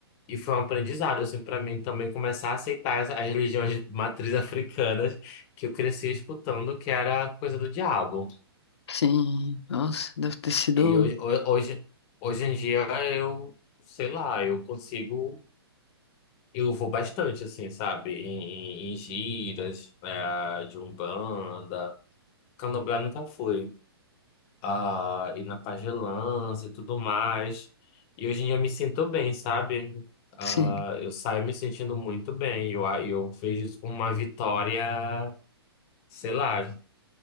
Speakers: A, on the left (about 20°); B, on the left (about 80°).
A: e foi um aprendizado assim para mim também começar a aceitar as, as religiões de matriz <laughs> africanas que eu cresci escutando que era coisa do diabo.
B: sim. Nossa, deve ter sido,
A: E hoje, ho- hoje, hoje em dia eu, sei lá, eu consigo, eu vou bastante, assim, sabe? Em, em, em giras, né, de Umbanda. Candomblé nunca fui. Ah, e na pagelança e tudo mais. E hoje em dia eu me sinto bem, sabe? Ah,
B: sim,
A: eu saio me sentindo muito bem. Eu, a- eu vejo isso como uma vitória, sei lá,